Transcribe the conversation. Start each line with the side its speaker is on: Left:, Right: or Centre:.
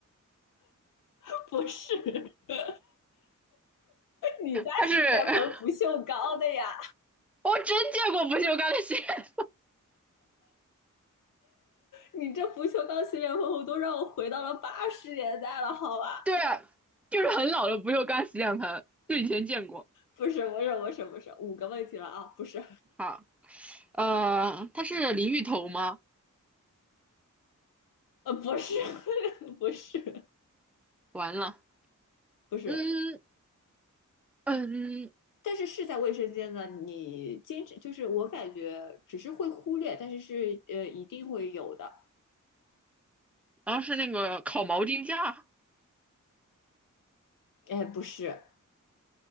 Left: <laughs> 不是？<laughs> 你家洗脸盆不锈钢的呀？
Centre: 它是，<laughs> 我真见过不锈钢的洗脸盆
Left: 你这不锈钢洗脸盆我都让我回到了八十年代了，好吧？
Centre: <laughs> 对啊，就是很老的不锈钢洗脸盆，就以前见过。
Left: 不是，不是，不是，不是，五个问题了啊！不是，
Centre: 好，呃，它是淋浴头吗？
Left: 呃，不是，<laughs> 不是，
Centre: 完了，
Left: 不是，
Centre: 嗯嗯，
Left: 但是是在卫生间的，你经常就是我感觉只是会忽略，但是是呃一定会有的。
Centre: 然后是那个烤毛巾架，
Left: 哎，不是，